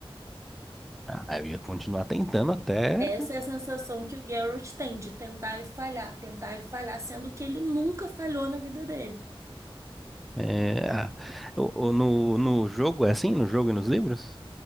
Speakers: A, in the centre; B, on the right.
A: Ah, eu ia continuar tentando até.
B: Essa é a sensação que o Geralt tem de tentar e falhar, tentar e falhar, sendo que ele nunca falhou na vida dele,
A: É, ah, o- o- no, no jogo é assim? No jogo e nos livros?